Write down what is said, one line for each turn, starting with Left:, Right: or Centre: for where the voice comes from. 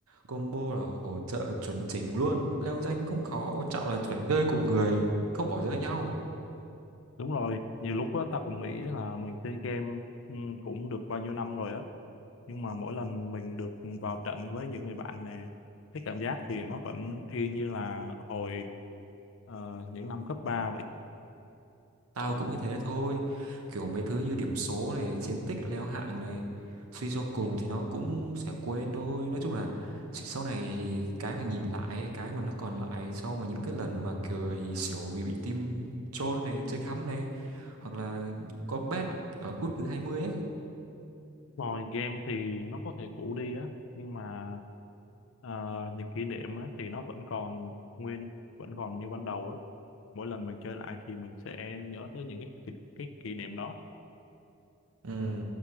Right: combo là hỗ trợ chuẩn chỉnh luôn leo danh không khó quan trọng là phải chơi cùng người không bỏ rơi nhau
Left: Đúng rồi, nhiều lúc á, ta cũng nghĩ là mình chơi game ừ, cũng được bao nhiêu năm rồi á, nhưng mà mỗi lần mình được vào trận với những người bạn nè, cái cảm giác thì nó vẫn y như là hồi ờ, những năm cấp ba vậy.
Right: tao cũng như thế thôi kiểu mấy thứ như điểm số này chiến tích leo hạng này suy cho cùng thì nó cũng sẽ quên thôi nói chung là s- sau này thì cái mà nhìn lại ấy, cái mà nó còn lại sau mà những cái lần mà cười xỉu vì bị team troll này chơi khăm này hoặc là combat ở phút thứ 20 ấy
Left: Rồi game thì nó có thể cũ đi á, nhưng mà ờ, những kỷ niệm á, thì nó vẫn còn nguyên, vẫn còn như ban đầu á. Mỗi lần mình chơi lại thì mình sẽ nhớ tới những cái kỷ, cái kỷ niệm đó.
Right: ừ.